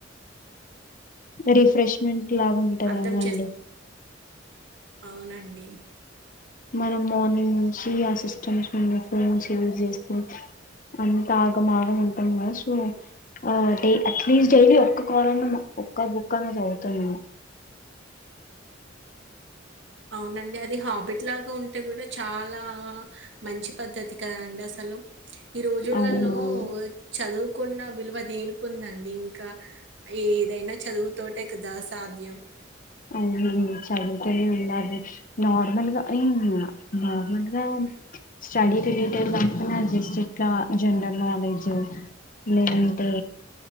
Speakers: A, on the left (about 45°); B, on the right (about 65°).
A: రిఫ్రెష్మెంట్ లాగా ఉంటు
B: అర్థం
A: బాంగండి
B: చేస్ అవునండి
A: మనం మార్నింగ్ నుంచి ఆ సిస్టమ్స్ ను ఫోన్స్ యూస్ చేస్తే అంత ఆగమాగ ఉంటాం కదా సో డై అట్లీస్ట్ డైలీ ఒక్క కాలన్నా ఒక్క బుక్ అన్నా చదువుతాం మేము
B: అవునండి అది హాబిట్ లాగా ఉంటే కూడా చాలా మంచి పద్ధతి కదాండి అసలు ఈ రోజులలో
A: అవునవును
B: చదువుకున్న విలువ దేని కుందండి ఇంకా ఏదైనా చదువుతోటే కదా సాధ్యం
A: అవునండి చదువుతూనే నార్మల్గా అది నార్మల్గా స్టడీ రిలేటెడ్ కాకుడా జస్ట్ ఇట్లా జనరల్ నాలెడ్జ్ లేదంటే